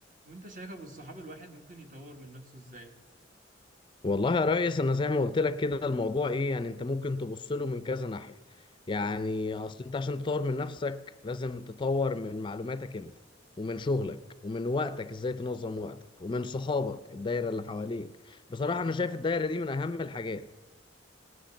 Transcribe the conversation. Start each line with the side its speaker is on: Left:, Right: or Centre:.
Right: وانت شايف ابو الصحاب الواحد ممكن يطور من نفسه ازاي
Left: والله يا ريس انا زي ما قلت لك كده الموضوع ايه يعني انت ممكن تبص له من كذا ناحية يعني
Right: اه
Left: اصل انت عشان تطور من نفسك لازم تطور من معلوماتك انت ومن شغلك ومن وقتك ازاي تنظم وقتك ومن صحابك الدايرة اللي حواليك بصراحة
Right: ده اكيد
Left: انا شايف
Right: طبعا
Left: الدايرة دي من اهم الحاجات